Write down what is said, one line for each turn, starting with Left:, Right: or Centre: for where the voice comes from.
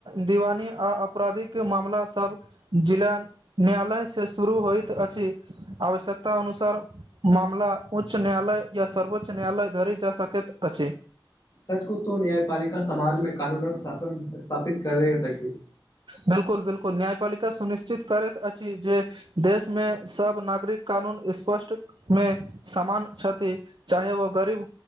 Right: दीवानी आ आपराधिक मामला सब जिला न्यायालय से शुरू होइत अछि आवश्यकता अनुसार मामला उच्च न्यायालय या सर्वोच्च न्यायालय धरि जा सकैत अछि
Left: सचकहु तो न्यायपालिका समाज मे कानूनक शासन स्थापित कर रहेत छै
Right: बिलकुल बिलकुल न्यायपलिका सुनिश्चित करैत अछि जे देश मे सब नागरिक कानून स्पष्ट मे समान क्षति चाहे वो गरीब